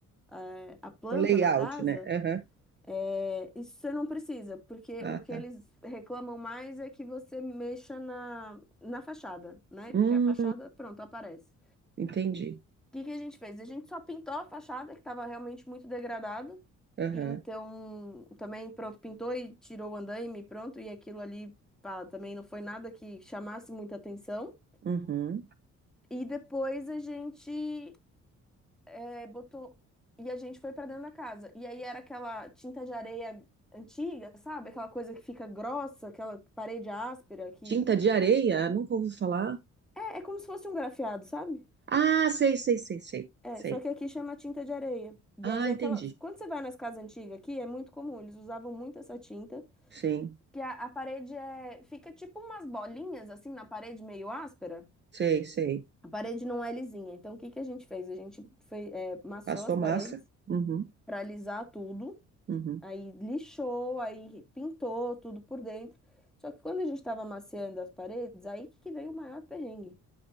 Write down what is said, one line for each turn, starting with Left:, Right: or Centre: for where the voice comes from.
Centre: a, a planta
Right: o layout,
Centre: da casa,
Right: né? Aham.
Centre: é, isso você não precisa, porque
Right: Ah,
Centre: o que
Right: tá.
Centre: eles reclamam mais é que você mexa na, na fachada, né?
Right: Hum,
Centre: Porque a fachada, pronto, aparece.
Right: entendi.
Centre: O que que a gente fez? A gente só pintou a fachada, que estava realmente muito degradada.
Right: Aham.
Centre: E então, também, pronto, pintou e tirou o andaime, pronto, e aquilo ali, pá, também não foi nada que chamasse muita atenção.
Right: Uhum.
Centre: E depois a gente é, botou. E a gente foi pra dentro da casa. E aí era aquela tinta de areia antiga, sabe? Aquela coisa que fica grossa, aquela parede áspera que.
Right: Tinta de areia? Nunca ouvi falar.
Centre: É, é como se fosse um grafiado, sabe?
Right: Ah, sei, sei, sei, sei,
Centre: É,
Right: sei.
Centre: só que aqui chama tinta de areia.
Right: Ah,
Centre: E aí é
Right: entendi.
Centre: aquela. Quando você vai nas casas antigas aqui, é muito comum, eles usavam muito essa tinta.
Right: Sim,
Centre: Que a, a parede é. Fica tipo umas bolinhas assim na parede meio áspera.
Right: sei, sei.
Centre: A parede não é lisinha. Então o que que a gente fez? A gente fe... é, maciou
Right: Passou
Centre: as paredes
Right: massa? Uhum,
Centre: pra alisar tudo.
Right: uhum.
Centre: Aí lixou, aí pintou tudo por dentro. Só que quando a gente estava amaciando as paredes, aí que veio o maior perrengue.